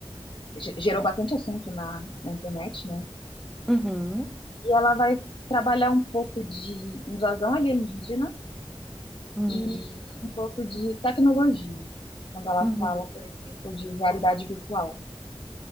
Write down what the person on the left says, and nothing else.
ge- gerou bastante assunto na, na internet, né?
E ela vai trabalhar um pouco de invasão alienígena
e um pouco de tecnologia, quando ela
fala, por exemplo, de realidade virtual.